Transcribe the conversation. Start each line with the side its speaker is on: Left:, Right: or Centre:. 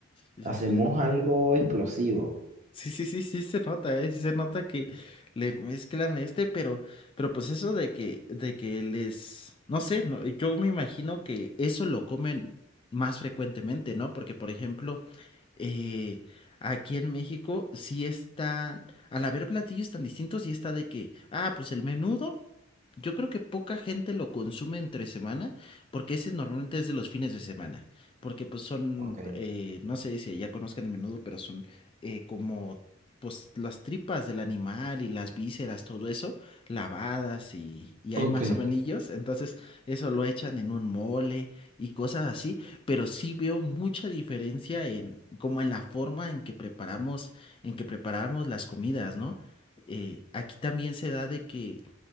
Left: sí,
Right: hacemos
Left: sí.
Right: algo explosivo.
Left: Sí, sí, sí, sí se nota, ¿eh? Sí se nota que le mezclan este, pero, pero pues eso de que, de que les, no sé, no, yo me imagino que eso lo comen más frecuentemente, ¿no? Porque, por ejemplo, eh, aquí en México sí están, al haber platillos tan distintos, sí está de que, ah, pues el menudo, yo creo que poca gente lo consume entre semana, porque ese normalmente es de los fines de semana, porque pues son,
Right: Ok,
Left: eh, no sé si ya conozcan el menudo, pero son eh, como pues las tripas del animal y las vísceras, todo eso, lavadas y, y
Right: ok,
Left: hay más sovenillos,
Right: ok.
Left: entonces eso lo echan en un mole y cosas así, pero sí veo mucha diferencia en como en la forma en que preparamos, en que preparamos las comidas, ¿no? Eh, aquí también se da de que